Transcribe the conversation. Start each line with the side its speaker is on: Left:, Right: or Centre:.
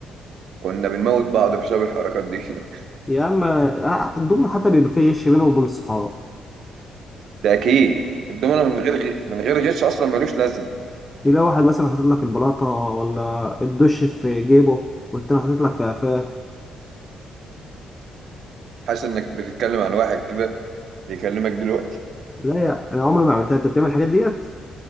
Right: كنا بنموت بعض بسبب الحركات دي <laughs>
Left: يا اما آه، الدومينو حتى بيبقى فيه غش بينه وبين الصحاب
Right: ده اكيد الدومينو من غير غي... من غير غش اصلا ملوش لازم
Left: تلاقي واحد مثلا حاطط لك البلاطة ولا الدش في جيبه والتاني حاطط لك في قفاه
Right: حاسس انك بتتكلم عن واحد كده بيكلمك دلوقتي
Left: لا يا أنا عمري ما عملتها أنت بتعمل الحاجات ديت؟